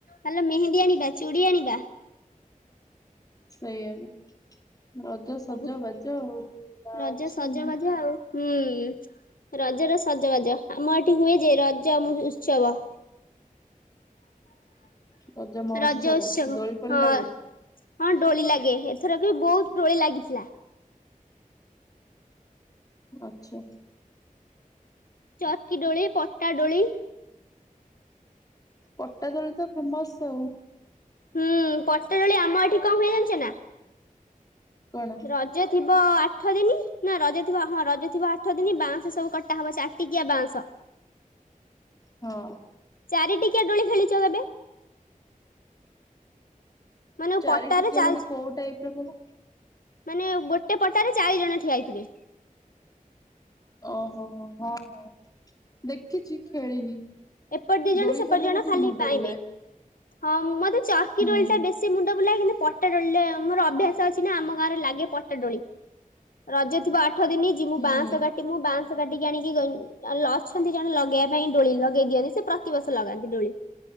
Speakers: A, on the left; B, on the left.
A: ଚାଲ ମେହେନ୍ଦୀ ଆଣିବା ଚୁଡ଼ି ଆଣିବା।
B: ସେଇଆବା ରଜ ସଜ
A: ସବୁ
B: ବାଜ ଆଉ ନାଁ
A: ରଜ
B: ଅଛି
A: ସଜବାଜ
B: ଆଉ।
A: ହୁଁ ରଜର ସଜବାଜ ଆମ ଏଠି ହୁଏ ଯେ ରଜ ଉତ୍ସବ।
B: ରଜ ମହୋତ୍ସବ
A: ରଜ ଉତ୍ସବ
B: ଦୋଳି ଫୋଳି
A: ହଁ।
B: ଲାଗେ।
A: ହଁ ଡୋଳି ଲାଗେ ଏଥରକ ବହୁତ ଡୋଳି ଲାଗିଥିଲା।
B: ଆଚ୍ଛା।
A: ଚକି ଡୋଳି ପଟା ଡୋଳି।
B: ପଟା ଦୋଳି ତ ଫେମସ୍ ଆଉ।
A: ହୁଁ ପଟାଦୋଳି ଆମ ଏଠି କଁ ହୁଏ ଯାଣିଛ ନା?
B: କଣ?
A: ରଜ ଥିବ ଆଠ ଦିନି ନା ରଜ ଥିବ ହଁ ରଜ ଥିବ ଆଠ ଦିନ ବାଉଁଶ ସବୁ କଟା ହବ ଚାଟିକିଆ ବାଉଁଶ।
B: ହଁ।
A: ଚାରି ଟିକିଆ ଡୋଳି ଖେଳିଛ କେବେ? ମାନେ
B: ଚାରି
A: ପଟାରେ
B: ଟିକିଆ
A: ଚାରି
B: ମାନେ କୋଉ ଟାଇପ୍ ରକୁହ।
A: ମାନେ ଗୋଟେ ପଟାରେ ଚାରି ଜଣ ଠିଆ ହେଇଥିବେ।
B: ଓହୋ ହୋ ହ ହଁ ଦେଖିଛି ଖେଳିନି।
A: ଏପଟେ ଦିଇ ଜଣ
B: ଦୋଳି
A: ସେପଟେ
B: ଖେଳିଲେ
A: ଦିଇ ଜଣ
B: ମୋ ଟିକେ
A: ଖାଲି
B: ମୁଣ୍ଡ
A: ବାହିବେ
B: ବୁଲାଏ
A: ହଁ ମତେ ଚରିକି
B: ହୁଁ।
A: ଦୋଳି ଟା ବେଶୀ ସେ ମୁଣ୍ଡ ବୁଲାଏ କିନ୍ତୁ ପଟା ଦୋଳିରେ ମୋର ଅଭ୍ୟାସ ଅଛି ନା ଆମ ଗାଁରେ ଲାଗେ ପଟା ଦୋଳି। ରଜ ଥିବ ଆଠ ଦିନ ଜିମୁଁ
B: ହୁଁ
A: ବାଁଶ କାଟିମୁ ବାଁଶ କାଟିକି ଆଣିକି ଅଛନ୍ତି ଜଣେ ଲଗେଇବା ପାଇଁ ଦୋଳି। ଲଗେଇ ଦିଅନ୍ତି ସେ ପ୍ରତିବର୍ଷ ଲଗାନ୍ତି ଦୋଳି